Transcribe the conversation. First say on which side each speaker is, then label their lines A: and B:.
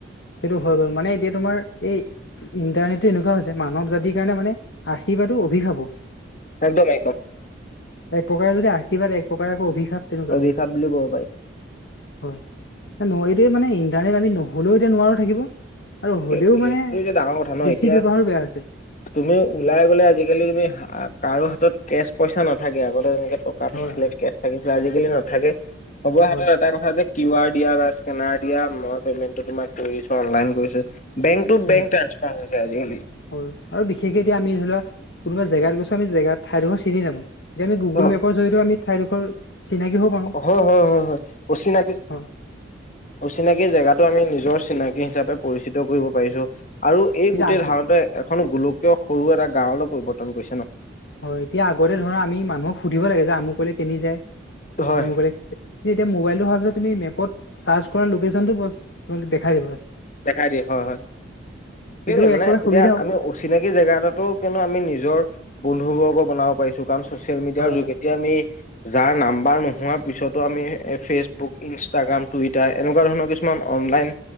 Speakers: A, on the left; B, on the left.
A: সেইটো হয় বাৰু, মানে এতিয়া তোমাৰ এই ইণ্টাৰনেটটো এনেকুৱা হৈছে মানৱ জাতিৰ কাৰণে মানে আৰ্শীবাদো, অভিশাপো।
B: একদম, একদম।
A: এক প্ৰকাৰে যদি আশীৰ্বাদ, এক প্ৰকাৰে আকৌ অভিশাপ। তেনেকুৱা
B: অভিশাপ বুলি ক'ব পাৰি।
A: হয়, এতিয়া মানে ইণ্টাৰনেট আমি নহ'লেও এতিয়া নোৱাৰো থাকিব। আৰু
B: সেই
A: হ'লেও মানে
B: এইটো এটা ডাঙৰ কথা ন
A: বেছি
B: এতিয়া
A: ব্যৱহাৰো বেয়া হৈছে।
B: তুমি ওলাই গ'লে আজিকালি তুমি কাৰো হাতত কেচ পইচা নাথাকে। আগতে যেনেকে টকা থাকিছিলে,
A: হয় হয়
B: কেচ থাকিছিলে, আজিকালি নাথাকে। চবৰে হাতত
A: হয়
B: এটাই কথা যে কিউ আৰ দিয়া বা স্কেনাৰ দিয়া মই পেমেন্টটো তোমাক কৰি দিছোঁ, অনলাইন কৰিছোঁ। বেংকটো-বেংক
A: উম
B: ট্ৰান্সফাৰ হৈ যায় আজিকালি।
A: হয়, আৰু বিশেষকে এতিয়া আমি ধৰি লোৱা কোনোবা জেগাত গৈছো, আমি জেগাত ঠাইডোখৰ চিনি নাপাওঁ। এতিয়া আমি গুগল
B: হয়
A: মেপৰ জৰিয়তে আমি ঠাইডোখৰ চিনাকি হ'ব পাৰোঁ।
B: হয় হয় হয় হয়, অচিনাকি
A: হয়
B: অচিনাকি জেগাটো আমি নিজৰ চিনাকি হিচাপে পৰিচিত কৰিব পাৰিছোঁ। আৰু এই
A: এতিয়া
B: গোটেই
A: আগ
B: ধাৰণাতো এখন গোলকীয় সৰু এটা গাঁৱলৈ পৰিৱৰ্তন কৰিছে ন।
A: হয়, এতিয়া আগতে ধৰা আমি মানুহক সুধিব লাগে যে আমুকলৈ কেনি যায়?
B: হয়
A: আমুকলে এতিয়া, মোবাইলটো হোৱাৰ পিছত তুমি মেপত চাৰ্চ কৰা লোকেচনটো বছ দেখাই দিব।
B: দেখাই দিয়ে হয় হয়,
A: সেইটো
B: সেই মানে
A: এক প্ৰকাৰ
B: এতিয়া
A: সুবিধাও
B: আমি অচিনাকি জেগা এটাতো কিন্তু আমি নিজৰ বন্ধুবৰ্গ বনাব পাৰিছো। কাৰণ, চ'চিয়েল-মিডিয়াৰ
A: হয়
B: যোগেদি
A: হয়
B: আমি যাৰ নাম্বাৰ নোহোৱাৰ পিছতো আমি ফেচবুক, ইনষ্টাগ্ৰাম, টুইটাৰ, এনেকুৱা ধৰণৰ কিছুমান অনলাইন